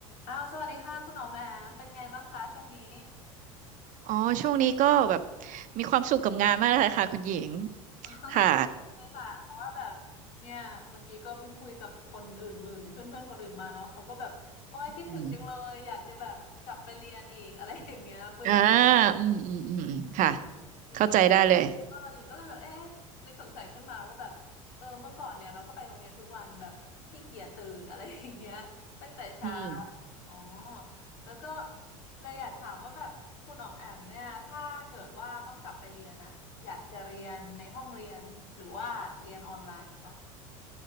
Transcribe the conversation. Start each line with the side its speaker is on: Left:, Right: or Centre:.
Left: อ้าวสวัสดีค่ะคุณอ๋อมแอมเป็นไงบ้างคะช่วงนี้
Right: อ๋อช่วงนี้ก็แบบมีความสุขกับงานมากเลยค่ะคุณหญิง
Left: อ๋อคือ <laughs>
Right: ค่ะ
Left: ค่ะเพราะว่าแบบเนี่ยเมื่อกี้ก็เพิ่งคุยกับคนอื่นอื่นเพื่อนเพื่อนๆคนอื่นมาเนาะเขาก็แบบโอ้ยคิดถึงจังเลยอยากจะแบบกลับไปเรียนอีกอะไรอย่างเงี้ยเบื่อ
Right: อืมอ่าอืมอืมอืมอืมค่ะ
Left: หญิงก็เลย
Right: เข้าใจได้เลย
Left: เออหญิงก็เลยแบบเอ๊ะนึกสงสัยขึ้นมาว่าแบบเออเมื่อก่อนเนี่ยเราก็ไปโรงเรียนทุกวันแบบขี้เกียจตื่นอะไรอย่างเงี้ยตั้งแต่เช้า
Right: อืม
Left: อ๋อแล้วก็เลยอยากถามว่าแบบคุณอ๋อมแอมเนี่ยถ้าเกิดว่าต้องกลับไปเรียนอะอยากจะเรียนในห้องเรียนหรือว่าเรียนออนไลน์คะ